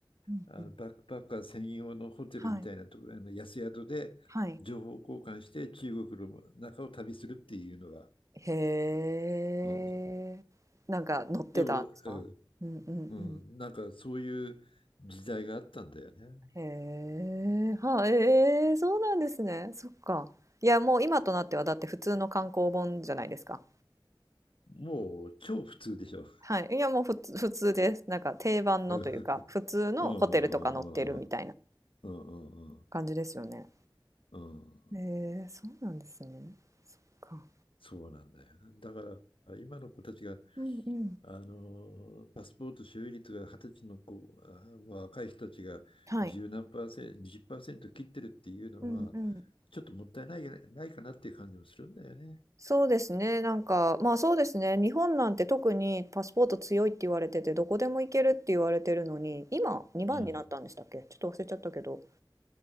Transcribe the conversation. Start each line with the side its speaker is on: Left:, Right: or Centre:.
Right: うんうん。
Left: あバックパッカー専用のホテルみたいなとこ、
Right: はい。
Left: あの安宿で情報交換して中国の中を旅するっていうのが、
Right: はい。へ
Left: うん、
Right: え。なんか乗ってたんですかうんうんうん。
Left: でも、うんうん、なんかそういう時代があったんだよね。
Right: へえ、は、ええ、そうなんですね。そっか。いや、もう今となってはだって普通の観光本じゃないですか。
Left: もう超普通でしょ。
Right: はい。いや、もう普通、普通です。なんか定番のというか、
Left: <laughs> うん
Right: 普通のホテルとか載ってるみたいな
Left: うんうんうんうんうんうん
Right: 感じですよね。
Left: うん
Right: へえ、そうなんですね。そっか。
Left: そうなんだよな。だから今の子たちが、
Right: うんうん。
Left: あのーパスポート所有率が20歳の子、あー若い人たちが10何パーセント、
Right: はい。
Left: 20%切ってるっていうのは、
Right: うんうん。
Left: ちょっともったいないないかなっていう感じもするんだよね。
Right: そうですね。なんか、まあそうですね。日本なんて特にパスポート強いって言われてて、どこでも行けるって言われてるのに、今2番になったんでしたっけちょっと忘れちゃったけど。
Left: うん。